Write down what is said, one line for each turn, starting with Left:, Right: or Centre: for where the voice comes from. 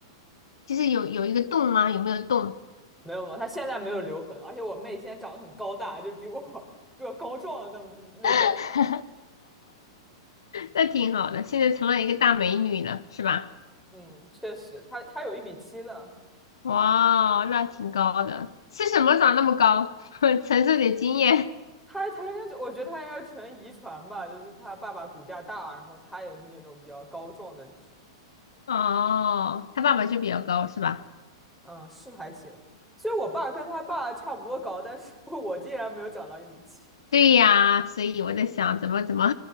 Left: 就是有有一个洞吗？有没有洞？
Centre: 没有吗？她现在没有留痕，而且我妹现在长得很高大，就比我 <laughs> 比我高壮的那么那种。
Left: <laughs> 那挺好的，现在成了一个大美女了，是吧？
Centre: 嗯，确实，她她有一米七呢，
Left: 哇，那挺高的，吃什么长那么高？<laughs> 承受点经验
Centre: 她她应该就我觉得她应该纯遗传吧，就是她爸爸骨架大，然后她也是那种比较高壮的女生。
Left: 哦。他爸爸就比较高，是吧？
Centre: 嗯，是还行。其实我爸跟他爸差不多高，但是 <laughs> 我竟然没有长到一米七。
Left: 对呀，所以我在想怎么怎么，